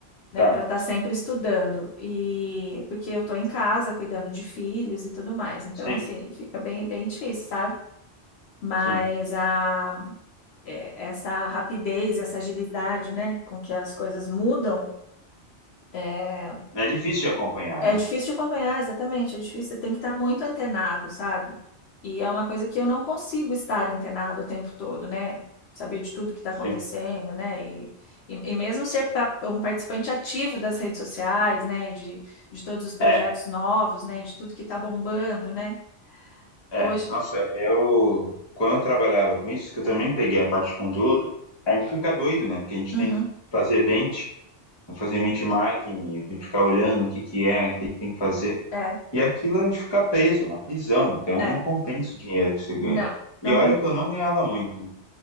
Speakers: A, on the left (about 65°); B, on the left (about 25°).
A: né,
B: tá.
A: para estar sempre estudando. E porque eu tô em casa cuidando de filhos e tudo mais. Então,
B: Sim,
A: assim, fica bem, bem difícil, sabe? Mas
B: sim.
A: a é, essa rapidez, essa agilidade, né, com que as coisas mudam, é,
B: É difícil de acompanhar,
A: é
B: né?
A: difícil de acompanhar, exatamente, é difícil, você tem que estar muito antenado, sabe? E é uma coisa que eu não consigo estar antenado o tempo todo, né? Saber de tudo que está
B: Sim.
A: acontecendo, né? E, e, e mesmo ser pa- um participante ativo das redes sociais, né? E de, de todos os projetos
B: É,
A: novos, né? E de tudo que está bombando, né?
B: é.
A: Hoje,
B: Nossa, eu quando eu trabalhava com isso, que eu também peguei a parte de conteúdo, a gente fica doido, né? Porque a gente
A: uhum,
B: tem que fazer bench, fazer benchmarking e ficar olhando o que que é, o que que tem que fazer.
A: é,
B: E aquilo a gente fica preso, é uma prisão. Então
A: é,
B: não compensa o dinheiro que você ganha.
A: não,
B: E
A: não
B: olha que eu não ganhava muito.